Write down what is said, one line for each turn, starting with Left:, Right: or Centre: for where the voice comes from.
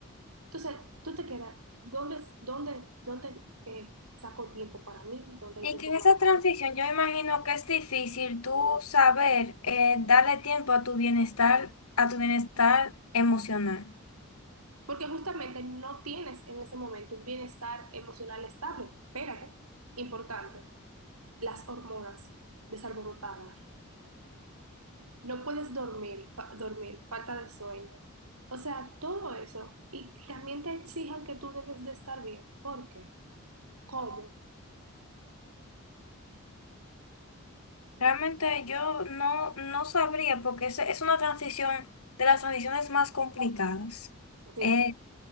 Right: Entonces, tú te quedas, ¿dónde, dónde, dónde eh, saco tiempo para mí? ¿Dónde hay
Left: Y
Right: tiempo
Left: que en
Right: para
Left: esa transición
Right: mí?
Left: yo imagino que es difícil tú saber eh, darle tiempo a tu bienestar, a tu bienestar emocional.
Right: Porque justamente no tienes en ese momento un bienestar emocional estable. Espérate, importante, las hormonas desalborotadas. No puedes dormir, fa- dormir, falta de sueño. O sea, todo eso. Y también te exijan que tú debes de estar bien. ¿Por qué? ¿Cómo?
Left: Realmente yo no, no sabría porque es, es una transición de las transiciones más complicadas.
Right: Sí.
Left: Eh,